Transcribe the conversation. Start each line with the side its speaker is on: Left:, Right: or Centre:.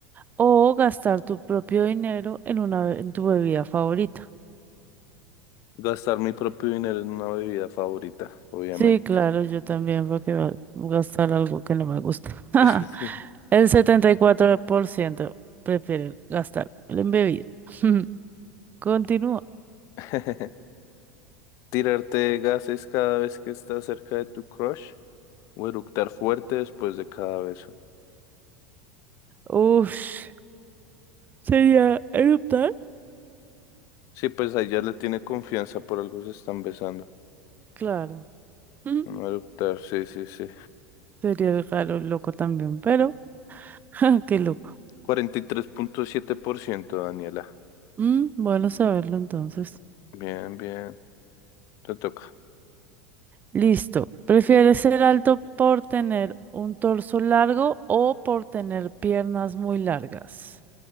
Right: o gastar tu propio dinero en una, be- en tu bebida favorita?
Left: Gastar mi propio dinero en una bebida favorita, obviamente.
Right: Sí, claro, yo también, porque va voy a gastar algo que no me gusta. <laughs>
Left: <laughs> Sí.
Right: El 74% prefiere gastar en bebida. <laughs> Continúa.
Left: <laughs> Tirarte gases cada vez que estás cerca de tu crush o eructar fuerte después de cada beso.
Right: Ush, ¿sería eruptar?
Left: Sí, pues ahí ya le tiene confianza, por algo se están besando.
Right: Claro. Mm,
Left: No adoptar, sí, sí, sí.
Right: Sería raro, loco también, pero <laughs> qué loco.
Left: Cuarenta y tres punto siete por ciento, Daniela.
Right: Mm, bueno saberlo entonces.
Left: Bien, bien, te toca.
Right: Listo. ¿Prefieres ser alto por tener un torso largo o por tener piernas muy largas?